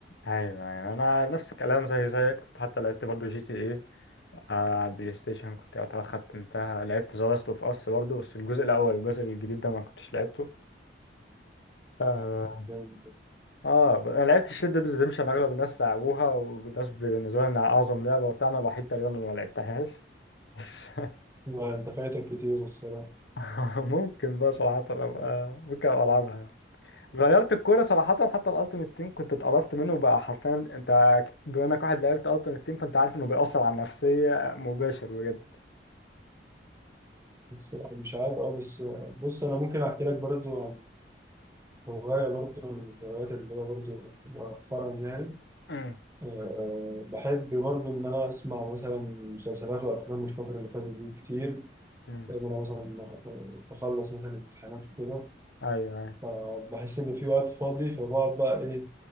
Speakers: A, on the left; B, on the right.
A: ايوه ايوه انا نفس الكلام زي زيك كنت حتى لعبت برضو جي تي ايه على البلاي ستيشن كنت يعتبر ختمتها لعبت ذا لاست اوف اس برضو بس الجزء الاول الجزء الجديد ده ما كنتش لعبته آه،
B: يعني
A: اه ب- انا لعبتش ريد ديد ريديمشن اغلب الناس لعبوها والناس بالنسبه لي انها اعظم لعبه وبتاع انا الوحيد تقريبا اللي ما لعبتهاش بس
B: ما انت فايتك كتير الصراحه
A: <laughs> ممكن بقى صراحه ابقى ممكن ابقى العبها يعني. غيرت الكوره صراحه حتى الالتيميت تيم كنت اتقرفت منه بقى حرفيا انت بما انك واحد لعبت التيميت تيم فانت عارف انه بيأثر على النفسيه مباشر بجد
B: الصراحه مش عارف اه بس آه، بص انا ممكن احكي لك برضو عن هوايه برضو من الهوايات اللي هي برضو مؤخرا يعني
A: امم
B: أه، بحب برضه إن أنا أسمع مثلا مسلسلات وأفلام الفترة اللي فاتت دي كتير
A: امم
B: لأن أنا مثلا بخلص مثلا امتحانات وكده
A: ايوه ايوه
B: فبحس إن في وقت فاضي فبقعد بقى إيه